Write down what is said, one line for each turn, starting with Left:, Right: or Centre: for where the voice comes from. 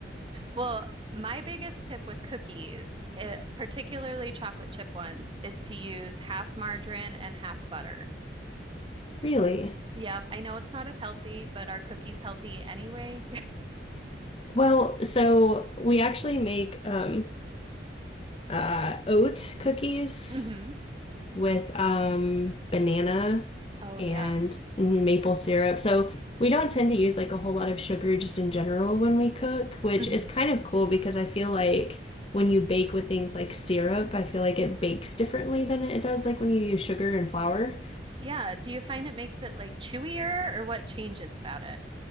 Right: Well, my biggest tip with cookies, eh, particularly chocolate chip ones, is to use half margarine and half butter.
Left: Really?
Right: Yeah, I know it's not as healthy, but are cookies healthy anyway?
Left: Well, so we actually make um uh oat cookies.
Right: <laughs> hmm
Left: with um banana
Right: Oh,
Left: and
Right: yeah.
Left: maple syrup. So we don't tend to use like a whole lot of sugar just in general when we cook, which
Right: hmm
Left: is kind of cool because I feel like when you bake with things like syrup, I feel like it bakes differently than it does like when you use sugar and flour.
Right: Yeah. Do you find it makes it like chewier or what changes about it?